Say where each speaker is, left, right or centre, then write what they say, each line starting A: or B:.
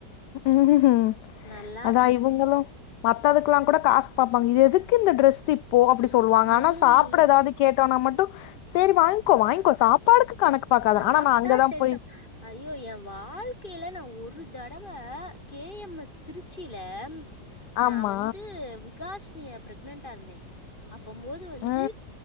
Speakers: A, on the left; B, on the left.
A: ம்
B: நல்லாருக்கு
A: அதா இவங்களு மத்ததுக்கல்லா கூட காசு பாப்பாங்க இது எதுக்கு இந்த ட்ரெஸ் இப்போ அப்டி சொல்லுவாங்க
B: ம்
A: ஆனா சாப்பட ஏதாவது கேட்டோன்னா மட்டு சரி வாங்கிக்கோ வாங்கிக்கோ சாப்பாடுக்கு கணக்கு பாக்காத
B: சாப்ட்டா
A: ஆனா நா அங்கதா
B: சரிதா
A: போய்
B: ஐயோ ஏ வாழ்க்கையில நா ஒரு தடவ கே எம் எஸ் திருச்சியில நா
A: ஆமா
B: வந்து விகாஸ்னிய பிரெக்னன்டா இருந்தே அப்பம் போது வந்து
A: ஆ